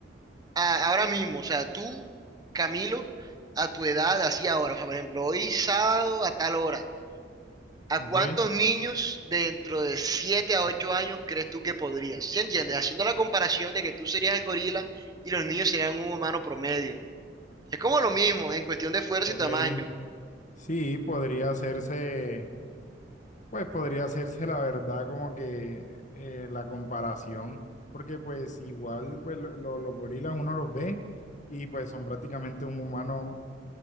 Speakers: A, on the right; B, on the left.
A: a- ahora mismo, o sea, tú, Camilo, a tu edad, así ahora, o sea, por ejemplo, hoy sábado a tal hora, ¿a
B: ok,
A: cuántos niños dentro de 7 a 8 años crees tú que podrías? ¿Sí entiendes? Haciendo la comparación de que tú serías el gorila y los niños serían un humano promedio. Es como lo mismo en cuestión de fuerza
B: ok,
A: y tamaño.
B: sí, podría hacerse Pues podría hacerse la verdad como que eh, la comparación, porque pues igual pues, lo- lo- los gorilas uno los ve y pues son prácticamente un humano